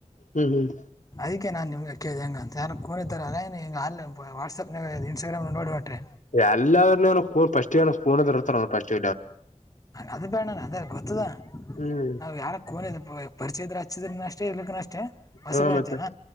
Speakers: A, on the left; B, on the left.
A: ಹ್ಮ್ ಹ್ಮ್
B: ಅದಕ್ಕೆ ನಾನ್ ನಿಮ್ಗೆ ಅ್ಯದು ಹೆಂಗೆಂತ ಯಾರು ಕೋಿದ್ದಾರೆಾರೆ ಅ ೇನು ಹಂಗೆ ಆ ವಾಟ್ಸ್ಯಪ್ನಾಗ ಇನ್ಸ್ಟಾಗ್ರಾಮ್ನ ನೋಡಿಬಟ್ರಿ
A: ಎಲ್ಲೇ ಅವ ಕ ಫಸ್ಟ್ ಕೂ ಇಡ್ತಾರ ಫಸ್ಟ್
B: ಅದು ಬೇ್ಣ ಅದೇ ಗೊತ್ತದ
A: ಹ್ಮ್
B: ನಾವ್ ಯಾರ ಕೋನಿದ ಪರಿಚಯದ ಹಚ್ಚಿದ್ರ ಅಷ್ಟೇ ಇರ್ಲಿಕ್ಕೂ ಅಷ್ಟೇ ಹೊಸಬ್ರಯಐತ
A: ಹ ಮತ್ತೆ
B: ಅಲ್ಲ